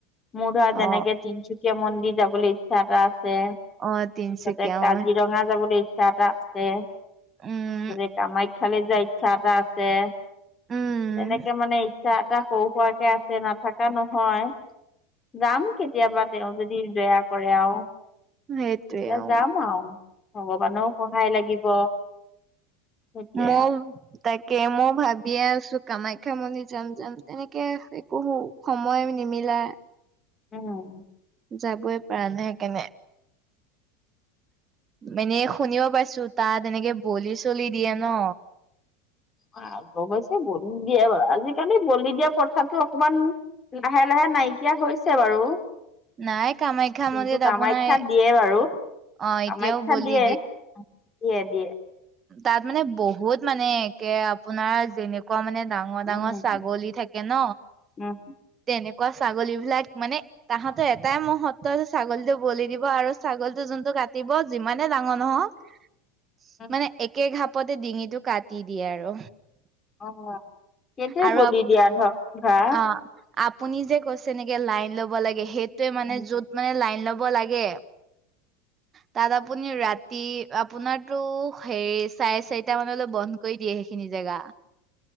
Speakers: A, on the left (about 30°); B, on the right (about 30°).
A: মোৰ ধৰা যেনেকে
B: অ
A: তিনচুকীয়া মন্দিৰ যাবলে ইচ্ছা এটা আছে।
B: অ তিনচুকীয়া
A: তাতে কাজিৰঙা
B: অ
A: যাবলে ইচ্ছা এটা আছে।
B: উম
A: মানে কামাখ্যালে যোৱা ইচ্ছা এটা আ ছে
B: উম
A: তেনেকে মানে ইচ্ছা এটা সৰু হোৱাকে আ ছে নাথাকা নহয় যাম কেতিয়াবা তেওঁ যদি দয়া কৰে আও।
B: সেইটোৱে
A: যে
B: অ
A: যাম আও ভগৱানৰো সহায় লাগিব। সেইটোৱে
B: মও
A: আৰু
B: তাকে মই ভাবিয়ে আছো কামাখ্যা মন্দিৰ যাম যাম এনেকে একোহো। সময় নিমিলা।
A: উম।
B: যাবই পাৰা নাই সেইকাণে। মেনে শুনিব পাইছো তাত এনেকে বলি চলি দিয়ে ন।
A: অ ৱগৈছে বলি দিয়া বাও আজিকালি বলি দিয়া প্ৰথাটো অকমান। লাহে লাহে নাইকিয়া হৈছে বাৰু।
B: নাই কামাখ্যা
A: কিন্তু
B: মন্দিৰত
A: কামাখ্যাত
B: আপোনাৰ
A: দিয়ে বাৰু
B: অ এতিয়াও
A: কামাখ্যাত
B: বলি
A: দিয়ে। দিয়ে দিয়ে।
B: তাত মানে বহুত মানে একে আপোনাৰ যেনেকুৱা মানে ডা ডাঙ ডাঙ
A: উম উম
B: ছাগলী থাকে ন।
A: উম
B: তেনেকুৱা ছাগলী বিলাক মানে তাহাঁত এটাই মহত্ব ছাগলীটো বলি দিব আৰু ছাগলীটো যোনটো কাটিব, যিমানে ডাঙৰ নহওক
A: উম
B: মানে একে ঘাপতে ডিঙিটো কাটি দিয়ে আৰু।
A: অ <unintelligible> এইটোৱে
B: আৰু
A: বলি দিয়া ধ ধৰা।
B: অ, আপুনি যে কৈছে, এনেকে লাইন লব লাগে। সেইটোৱে মানে
A: উম
B: যত মানে লাইন ল ব লাগে। তাত আপুনি ৰাতি আপোনাৰটো সেই চাৰে চাৰিটা মানলৈ বন্ধ কৰি দিয়ে। খিনি জেগা।